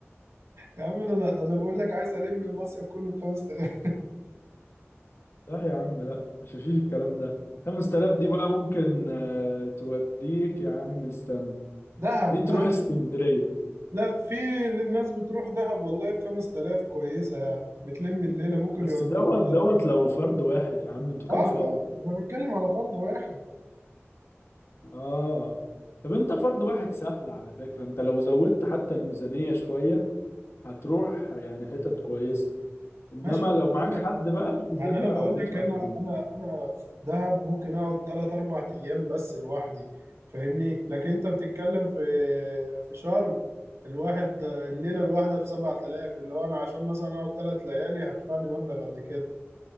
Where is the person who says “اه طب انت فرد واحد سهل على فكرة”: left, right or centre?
Left